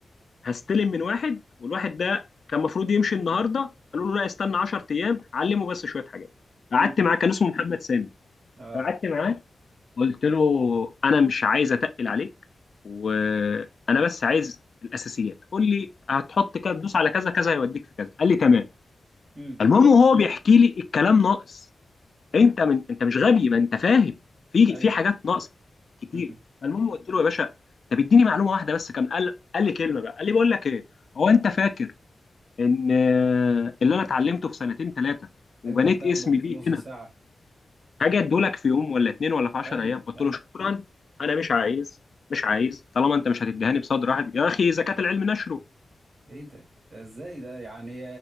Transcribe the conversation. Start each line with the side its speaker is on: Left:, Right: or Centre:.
Left: هستلم من واحد والواحد ده كان المفروض يمشي النهارده قالوا له لا استنى 10 ايام علمه بس شويه حاجات قعدت
Right: امم
Left: معاه كان اسمه محمد سامي
Right: اه
Left: فقعدت معاه قلت له انا مش عايز اتقل عليك وانا بس عايز الاساسيات قول لي هتحط كده تدوس على كذا كذا هيوديك في كذا قال لي تمام
Right: امم
Left: المهم وهو بيحكي لي الكلام ناقص انت من انت مش غبي ما انت فاهم في
Right: ايوه
Left: في حاجات ناقصه كتير
Right: امم
Left: فالمهم قلت له يا باشا طب اديني معلومه واحده بس كم قال قال لي كلمه بقى قال لي بقول لك ايه هو انت فاكر ان آه، اللي انا اتعلمته في سنتين ثلاثه وبنيت
Right: انت هتاخده
Left: اسمي
Right: في
Left: ليه
Right: نص
Left: هنا
Right: ساعة
Left: حاجه ادولك في يوم ولا اتنين ولا في 10
Right: ايوه
Left: ايام قلت
Right: ايوه
Left: له شكرا انا مش
Right: مم.
Left: عايز مش عايز طالما انت مش هتديهاني بصدر رحب يا اخي زكاه العلم نشره
Right: ايه ده ده ازاي ده يعني